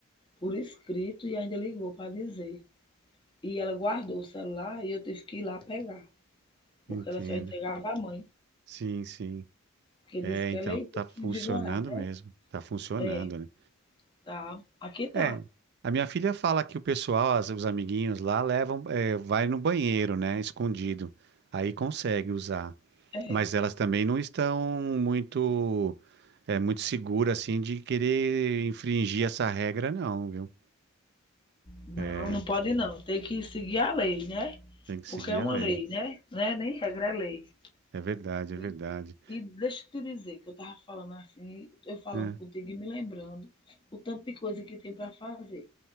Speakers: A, on the left; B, on the right.
A: por escrito, e ainda ligou para dizer. E ela guardou o celular e eu tive que ir lá pegar, porque
B: entendo.
A: ela só entregava à mãe,
B: Sim, sim.
A: porque
B: É,
A: disse que
B: então,
A: ela ia ter
B: tá funcionando
A: que vigorar, né?
B: mesmo. Tá funcionando,
A: É,
B: né?
A: tá. Aqui tá.
B: É. A minha filha fala que o pessoal, as- os amiguinhos lá, levam, é, vai no banheiro, né? Escondido. Aí consegue usar.
A: É,
B: Mas elas também não estão muito, é, muito seguras assim de querer infringir essa regra, não, viu?
A: não,
B: É,
A: não pode não. Tem que seguir a lei, né?
B: tem que seguir
A: Porque é uma
B: a lei.
A: lei, né? Não é nem regra, é lei.
B: É verdade,
A: E,
B: é verdade.
A: e deixa eu te dizer que eu tava falando assim, eu falando
B: É,
A: contigo e me lembrando o tanto de coisa que tem para fazer.